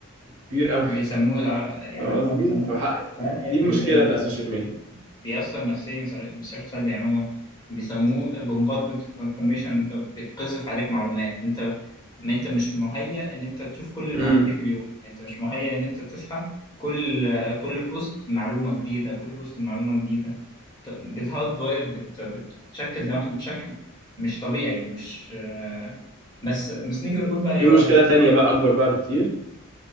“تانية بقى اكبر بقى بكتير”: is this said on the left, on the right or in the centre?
Right